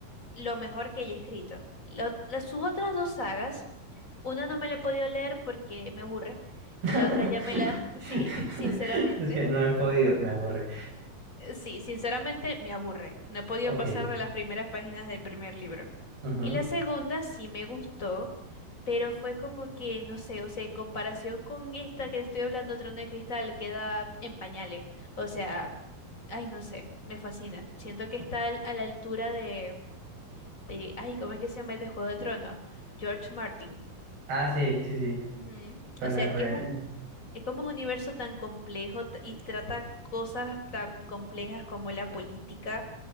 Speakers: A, on the left; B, on the right.
A: lo mejor que ella ha escrito. Lo- las, sus otras dos sagas, una no me la he podido leer porque me aburre
B: <laughs>
A: y la otra ya me la, <laughs> sí, sinceramente.
B: Es que no he podido, me aburre.
A: Eh, Sí, sinceramente me aburre. No he podido
B: Ok.
A: pasar de las primeras páginas del primer libro.
B: ujú.
A: Y la segunda sí me gustó, pero fue como que, no sé, o sea, en comparación con esta que estoy hablando, Trono de Cristal, queda en pañales. O sea, ay, no sé, me fascina. Siento que está al- a la altura de, de, ay, ¿cómo es que se llama el de Juego de Tronos? George Martin.
B: Ah, sí, sí, sí.
A: Ujú.
B: Don
A: O sea,
B: R.
A: es que es un, es como un universo tan complejo t- y trata cosas tan complejas como la política